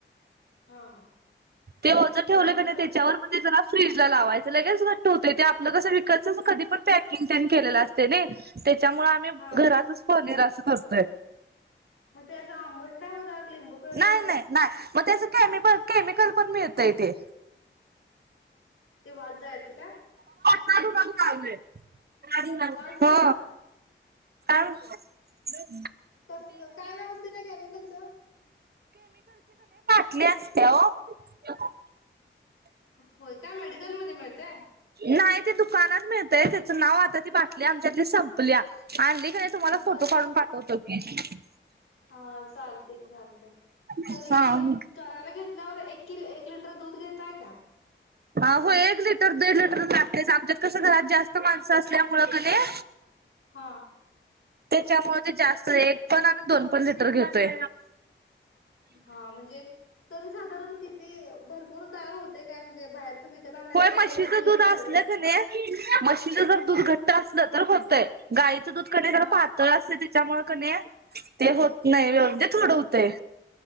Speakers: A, on the left; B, on the right.
A: हा हा
B: ते वोझं ठेवलं
A: मग
B: कनाय
A: घरचं
B: त्याच्यावर मधे जरा फ्रीज ला लावायचं लगेच घट्ट होतय ते आपलं कसं विकतंच कधी पण पॅकिंग तेन केलेलं असतय नय. त्याच्यामुळे आम्ही
A: हा हा
B: घरातच पनीर अस असतय
A: मग ते असं आंबट नाय होणार. लिंबू पिळल्यामुळं
B: नाही नाही नाही मग त्याच केमिकल, केमिकल पण मिळतय ते
A: ते वाजायचं काय?
B: कडू कडू कारले <inaudible>
A: वास जायचा
B: हो <unintelligible>
A: कसलं, काय नाव असते त्या कॅमिकलचं?
B: <unintelligible> असतेया वो
A: होय काय मेडिकलमधे मिळतय?
B: नाही ते दुकानात मिळतय त्याच नाव आता ती बाटली आमच्यातली संपल्याया, आणली की मी तुम्हाला
A: बर
B: फोटो काढून पाठवतो. <unintelligible>
A: हा चालते की चाल चालतय तरी
B: हा
A: करायला घेतल नवरा एक किल एक लिटर दूध घेतय का?
B: ह हो एक लिटर दीड लिटर लागतेयच आमच्यात कसं घरात जास्त माणसं असल्यामुळं कनय
A: हा
B: त्याच्यामुळे ते जास्त एक पण आणि दोन पण लिटर घेतोय
A: हा म्हणजे तरीच साधारण किती भरपूर तयार होते काय म्हणजे बाहेरच विकत आणण्यापेक्षा
B: होय म्हशीचं
A: घरी केलेला
B: दूध असलं
A: परवडतय
B: कणी म्हशीचं जर दूध घट्ट असलं तर होतय. गाय च दूध कनय
A: हा
B: पातळ असतय त्यामुळे क ते होत नाही म्हणजे थोडं होतय